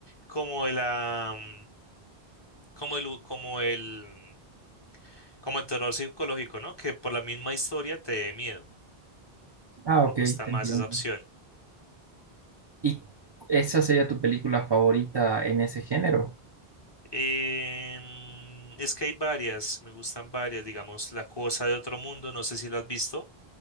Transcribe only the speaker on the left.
como el, ah, mm, como el, como el, como el terror psicológico, ¿no? Que por la misma historia te dé miedo,
me
gusta
más
esa opción.
Em, es que hay varias, me gustan varias, digamos, La Cosa de Otro Mundo, no sé si la has visto,